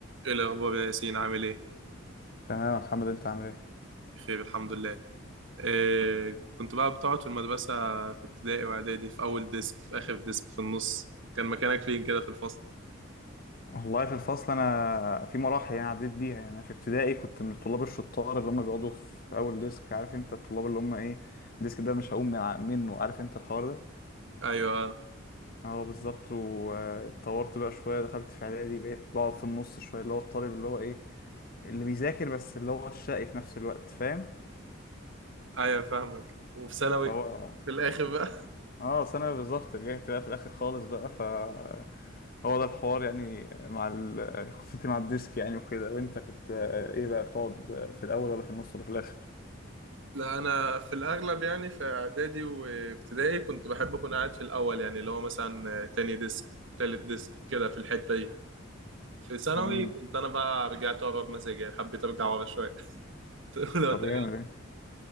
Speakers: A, on the right (about 65°); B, on the left (about 45°).
A: ايه الاخبار يا ياسين عامل ايه
B: تمام يا محمد انت عامل ايه؟
A: بخير الحمد لله إيه كنت بقى بتقعد في المدرسه في ابتدائي واعدادي في اول ديسك في اخر ديسك في النص كان مكانك فين كده في الفصل
B: والله في الفصل انا في مراحل يعني عديت بيها يعني انا في ابتدائي كنت من الطلاب الشطار اللي هم بيقعدوا في اول ديسك عارف انت الطلاب اللي هم ايه الديسك ده مش هقوم من ع- منه عارف انت الحوار ده
A: ايوه آه،
B: اه بالظبط واتطورت بقى شويه دخلت في اعدادي بقيت بقعد في النص شويه اللي هو الطالب اللي هو ايه اللي بيذاكر بس اللي هو الشقي في نفس الوقت فاهم
A: ايوه فاهمك وفي ثانوي
B: فهو
A: في الاخر بقى
B: اه ثانوي بالظبط رجعت بقى في الاخر خالص بقى هو ده الحوار يعني مع ال- قصتي مع الديسك يعني وكده وانت كنت آه، ايه بقى بتقعد آه، في الاول ولا في النص ولا في الاخر
A: <laughs> لا انا في الاغلب يعني في اعدادي وابتدائي كنت بحب اكون قاعد في الاول يعني اللي هو مثلا تاني ديسك تالت ديسك كده في الحته دي في ثانوي
B: امم
A: كنت انا بقى رجعت ورا بمزاجي يعني حبيت ارجع ورا شويه <laughs> لو
B: طب
A: ترجع
B: جامد ايه